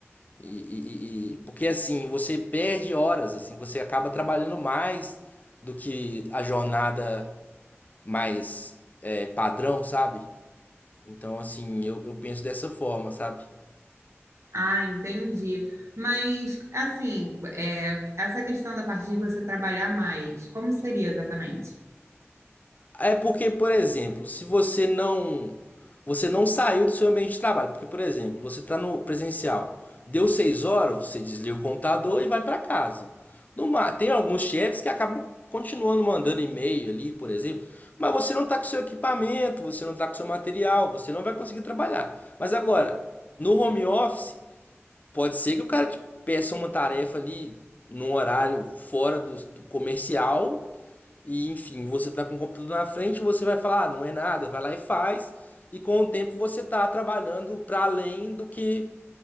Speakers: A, on the left; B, on the right.
A: E, e- e- porque assim, você perde horas, assim, você acaba trabalhando mais do que a jornada mais é, padrão, sabe? Então, assim, eu, eu penso dessa forma, sabe?
B: Ah, entendi. Mas, assim, é, essa questão da parte de você trabalhar mais, como seria exatamente?
A: É porque, por exemplo, se você não você não saiu do seu ambiente de trabalho, porque, por exemplo, você está no presencial, deu seis horas, você desliga o computador e vai para casa. No ma- tem alguns chefes que acabam continuando mandando e-mail ali, por exemplo, mas você não está com seu equipamento, você não está com seu material, você não vai conseguir trabalhar. Mas agora, no home office, pode ser que o cara te peça uma tarefa ali num horário fora do do comercial e enfim, você tá com o computador na frente, você vai falar, ah, não é nada, vai lá e faz. E com o tempo você tá trabalhando para além do que